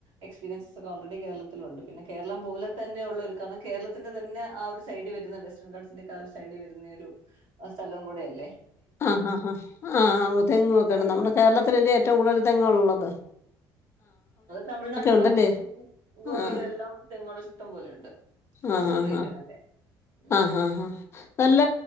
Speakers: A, on the right (about 70°); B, on the left (about 30°).
A: എക്സ്പീരിയൻസ് ഒക്കെ കേരളത്തിൽ ഉണ്ട് പിന്നെ കേരളം പോലെ തന്നെ ഉള്ളോരുക്കാണ് കേരളത്തിൻറെ തന്നെ ആ ഒരു സൈഡിൽ വരുന്ന <unintelligible> ആ സൈഡിൽ വരുന്ന ഒരു സ്ഥലം കൂടയല്ലേ
B: ആ ആ തെങ്ങുക്കെണ്ട്
A: ഏറെക്കുറെ
B: നമ്മുടെ കേരളത്തിൽ അല്ലേ ഏറ്റവും കൂടുതൽ തെങ്ങുകൾ ഉള്ളത്
A: തമിഴ്നാട്ടിലൊ
B: ഉണ്ടല്ലേ
A: ഗോവയിലോ
B: ആഹ്
A: എല്ലാം തെങ്ങുകൾ ഇഷ് ഇഷ്ടം പോലെയുണ്ട് കോസ്റ്റൽ
B: ആഹ് ആഹ്
A: റീജിയൻ അല്ലേ? ഉം.
B: ആഹ് ആഹ് നല്ല